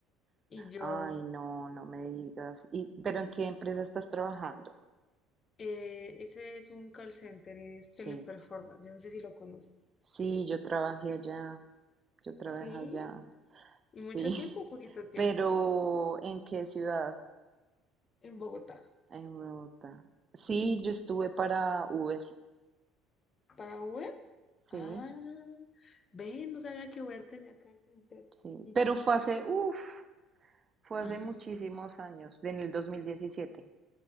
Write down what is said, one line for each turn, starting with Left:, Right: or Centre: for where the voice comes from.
Left: Y yo,
Right: Ay, no, no me digas. ¿Y pero en qué empresa estás trabajando?
Left: "Eh, ese es un call center, es Teleperformance,
Right: Sí.
Left: yo no sé si lo conoces.
Right: Sí, yo trabajé allá. Yo trabajé
Left: Sí,
Right: allá.
Left: y
Right: Sí.
Left: mucho tiempo,
Right: <laughs>
Left: poquito tiempo,
Right: Pero ¿en qué ciudad?
Left: en Bogotá,
Right: En Bogotá. Sí, yo estuve para Uber.
Left: para Uber.
Right: Sí,
Left: Ah, ven, no sabía que Uber tenía call center.
Right: sí.
Left: ¿Y
Right: Pero fue
Left: qué
Right: hace,
Left: tal?
Right: uff. Fue
Left: Ah,
Right: hace muchísimos años, en el 2017.